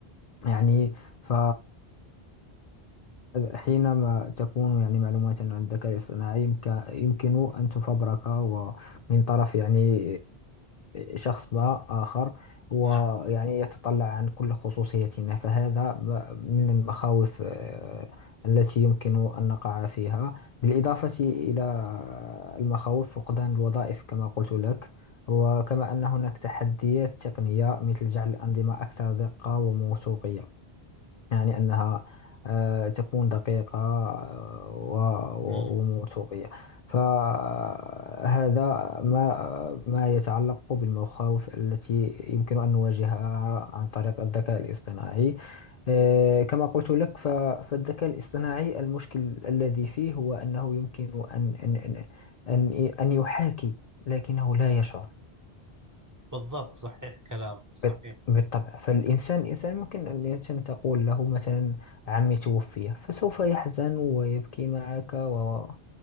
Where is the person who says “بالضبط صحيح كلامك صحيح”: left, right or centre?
Right